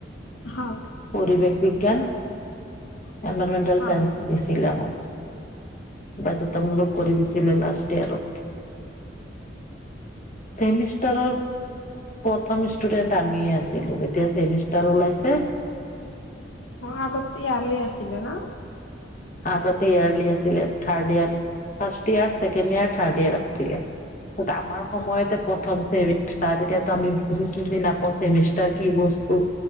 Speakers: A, on the left; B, on the left.
A: হয়
B: পৰিৰিব বিজ্ঞান এনভাইৰমেণ্টেল
A: হয়
B: চায়েন্স দিছিলিলম বাধ্যতামূলক কৰি দিছিলে লাষ্ট ইয়াৰত মিষ্টাৰৰ প্ৰথম ষ্টুডেন্ট আমিয়ে আছিলো এতিয়া ছেমিষ্টাৰ ওলাইছে
A: অ আগত ইয়াৰলি আছিল্তল ন
B: আগতে ইয়াৰ্লি আছিলে third year first year second year third year আছিলে আমাৰ সময়তে প্ৰথম চেমষ্টাৰ তেতিয়াো আমি বুজি চুজি নাপাওঁ চেমিষ্টাৰ কি বস্তু